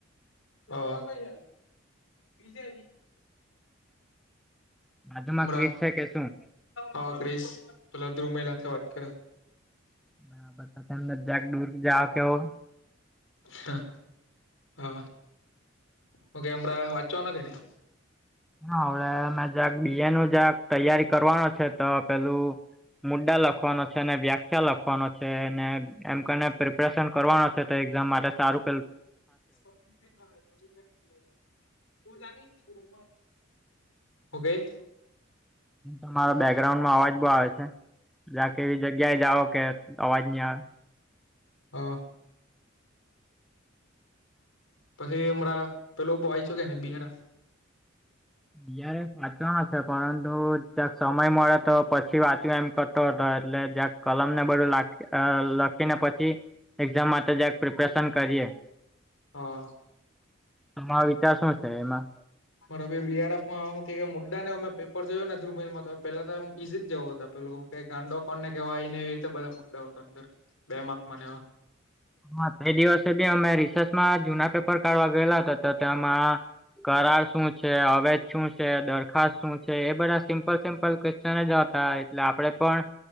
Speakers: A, on the left (about 80°); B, in the centre.
A: અ, આ કઈ આઈવી બીજે આઈવી?
B: બાજુમાં
A: મ્ર
B: ક્રિસ છે કે શું?
A: હ ક્રિસ પેલા દ્રુમેલ હાથે વાત કરે.
B: હન, બધા તમ બધા દૂર જાઓ કેવો.
A: હન, હા કે હવે હમણાં વાંચવાનો કે નઈ?
B: હા, હવે મે જરાક બીએનું જરાક તૈયારી કરવાનું છે, તો પેલું મુદ્દા લખવાનો છે ને વ્યાખ્યા લખ વાનો છે ને, એમ કરીને પ્રિપરેશન કરવાનો છે તો એક્ઝામ માટે સારું પેલુ
A: <unintelligible> હું કેઈ?
B: તમારા બેકગ્રાઉન્ડમાં અવાજ બઉ આવે છે, જા કે જગ્યાએ જાઓ કે અવાજ ની આવે.
A: હા. પછી હમણાં પેલું બોઈ છુ કેને બિઆરએફ
B: બીઆરએફ વાંચવાના છે, પરંતુ ક્યાંક સમય મળે તો પછ થી વાંચ્યું એમ કરતો હતો, એટલે જયા કલમને બધું લાખ અ લખીને પછી એક્ઝામ માટે જરાક પ્રિપરેશન કરીએ.
A: હા.
B: તમારો વિચાર શું છે એમાં?
A: બરાબર, બીઆરએફમાં હું કે, કે મુદ્દાને અમે પેપર જોયુ ને ધ્રુમિલમાં તો પેલા તો એમ ઈઝી જ જેવો હતો, પેલો કે ગાંડો કોને કેવાય એને એવી રીતે બધા મુદ્દાઓ હતા અંદર, બે માક માંને આ
B: હા, તે દિવસે બી અમે રિસર્ચમાં જુના પેપર કાઢવા ગયેલા તો તો તેમાં કરાર શું છે? અવેજ શું છે? દરખાસ્ત શું છે? એ બધા સિમ્પલ સિમ્પલ છે ને જતા એટલે આપડે પણ